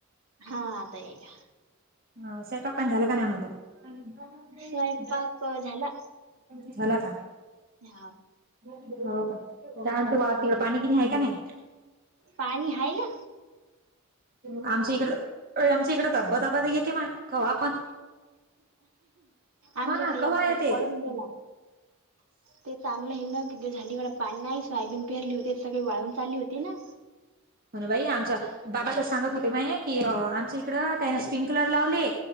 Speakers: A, on the right; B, on the right.
A: हा आता येईला.
B: ह स्वपाक पण झालं का नाही म्हणलं
A: स्वयंपाक झाला
B: झाला का
A: हा
B: हो का त्यानंतर तिकड पाणी कि नाही आहे का नाही
A: पाणी हय ना
B: आमच्या इकड अ आमच्या इकड तब्ब तबाद येते मा का आपण
A: आमच्याकडे
B: ना कव्हा
A: एक ठोक
B: येते
A: पडून गेला
B: <inaudible>
A: ते चांगलं हे ना की जे झालीकड पाणी नाही सोयाबीन पिहरली होते ते सगळे वाळून चालली होती ना
B: हो ना बाई आमच्या बाबाच सांगत होते मा की आमच्या इकडं काना स्प्रिंकलर लावले.